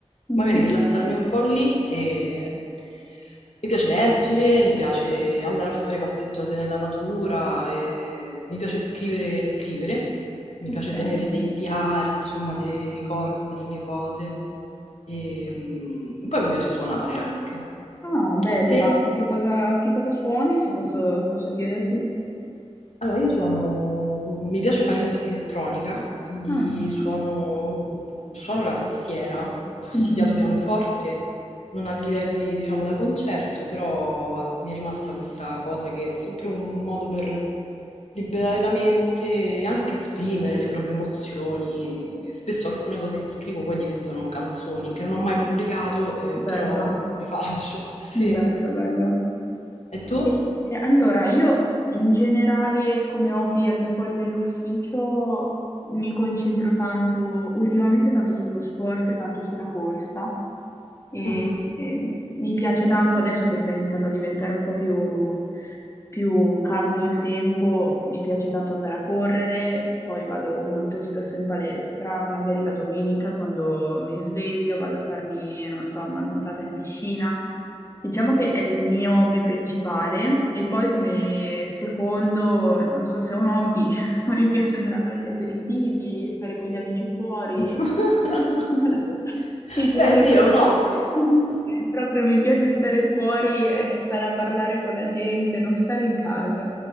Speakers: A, on the left; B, on the left.
A: Mhm,
B: Magari rilassarmi un po' lì e mi piace leggere, mi piace andare a fare passeggiate nella natura, e mi piace scrivere, scrivere mi
A: Ok.
B: piace tenere dei diari, insomma, dei ricordi delle mie cose. E, mm, poi mi piace suonare anche.
A: Ah, bello,
B: E te?
A: ma che cosa, che cosa suoni, se posso, se posso chiederti?
B: Allora, io suono, mm, mi piace fare musica elettronica, quindi
A: Ah,
B: suono, mm, suono la tastiera, ho studiato
A: mhm,
B: pianoforte, non a livelli, diciamo, da concerto, però mi è rimasta questa cosa che è sempre un modo per liberare la mente e anche esprimere le proprie emozioni. Spesso alcune cose che scrivo poi diventano canzoni che non ho mai pubblicato, eh,
A: Bello,
B: però le faccio. Sì.
A: bello, bello.
B: E tu?
A: Eh, Allora, io in generale come hobby al di fuori dell'ufficio mi concentro tanto, ultimamente tanto sullo sport, tanto sulla corsa, e,
B: Mhm.
A: e mi piace tanto adesso che sta iniziando a diventare un po' più, più caldo il tempo, mi piace tanto andare a correre, poi vado molto spesso in palestra, magari la domenica quando mi sveglio vado a farmi, non so, una nuotata in piscina. Diciamo che è il mio hobby principale e poi come secondo, non so se è un hobby, <laughs> <laughs> mi piace andare a fare gli aperitivi, stare con gli amici fuori.
B: <laughs>
A: <laughs> Mi piace
B: Beh, sì,
A: proprio,
B: è un hobby.
A: <laughs> sì, proprio mi piace stare fuori e stare a parlare con la gente, non stare in casa.